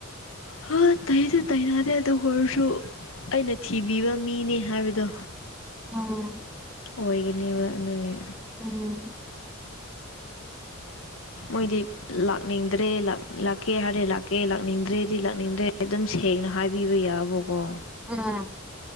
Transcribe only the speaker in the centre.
ꯎꯝ
ꯎꯝ
ꯎꯝ